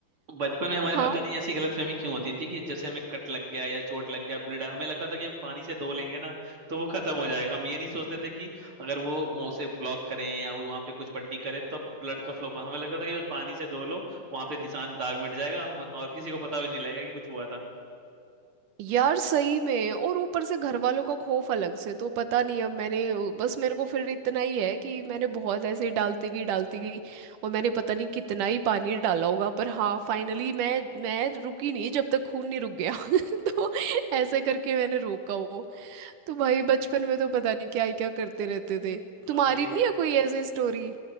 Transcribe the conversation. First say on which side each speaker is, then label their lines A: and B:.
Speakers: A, on the right (about 40°); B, on the right (about 70°).
A: बचपन में हमारे
B: हाँ
A: पता नहीं ऐसी गलतफहमी क्यों होती थी कि जैसे हमें कट लग गया या चोट लग गया ब्लीड हमें लगता था कि हम पानी से धो लेंगे ना तो वो खत्म हो जाएगा हम ये नहीं सोचते थे कि अगर वो वो उसे ब्लॉक करें या वहां पे कुछ पट्टी करें तब तो ब्लड का फ्लो बंद हमें लगता था कि बस पानी से धो लो वहां पे निशान दाग मिट जाएगा हम और किसी को पता भी नहीं लगेगा कि कुछ हुआ था
B: यार सही में और ऊपर से घर वालों का खौफ अलग से तो पता नहीं अब मैंने बस मेरे को फिर इतना ही है कि मैंने बहुत ऐसे ही डालती गई डालती गई और मैंने पता नहीं कितना ही पानी डाला होगा पर हाँ फाइनली मैं मैं रुकी नहीं जब तक खून नहीं रुक गया <laughs> तो ऐसे करके मैंने रोका वो तो भाई बचपन में तो पता नहीं क्या ही क्या करते रहते थे
A: अ,
B: तुम्हारी
A: मुझे
B: नहीं है कोई ऐसी स्टोरी